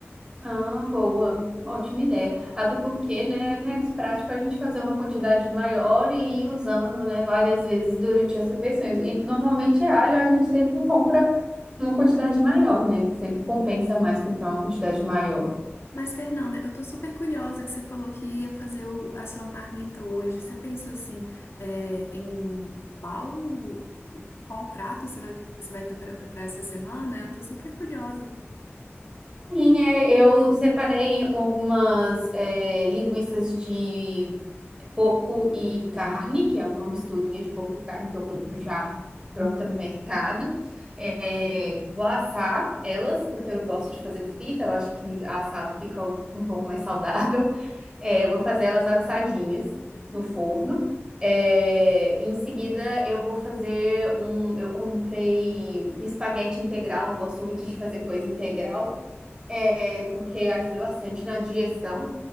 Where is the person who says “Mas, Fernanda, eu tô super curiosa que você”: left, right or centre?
Left